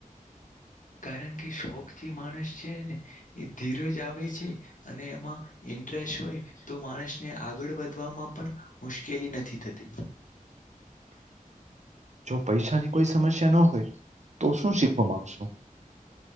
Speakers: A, on the left (about 65°); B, on the right (about 55°).
A: કારણ કે શોખથી માણસ છે ને એ ધીરજ આવે છે અને એમાં એ ઇન્ટરેસ્ટ હોય તો માણસને આગળ વધવામાં પણ મુશ્કેલી નથી થતી.
B: જો પૈસાની કોઈ સમસ્યા ન હોય તો શું શીખવામાં માંગશો.